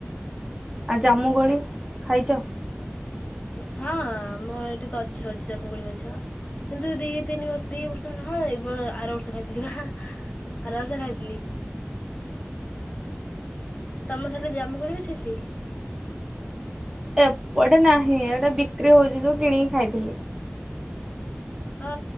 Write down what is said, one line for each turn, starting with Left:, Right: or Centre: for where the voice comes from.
Right: ଆଉ ଜାମୁ କୋଳି ଖାଇଛ?
Left: ହଁ ଆମର ଏଠି ଗଛ ଅଛି ଜାମୁ କୋଳି ଗଛ। କିନ୍ତୁ ଦି ତିନି ବର୍ଷ ଦି ବର୍ଷ ହଁ ଏ ବ ଆର ବର୍ଷ ଖାଇଥିଲି ବା ଆର ବର୍ଷ ଖାଇଥିଲି। ତମ ସାଲେ ଜାମୁଁ କୋଳି ଗଛ ଅଛି।
Right: ଏପଟେ ନାହିଁ ଏଟା ବିକ୍ରି ହଉଛି ଯୋଉ କିଣିକି ଖାଇଥିଲି।
Left: <unintelligible> ଅ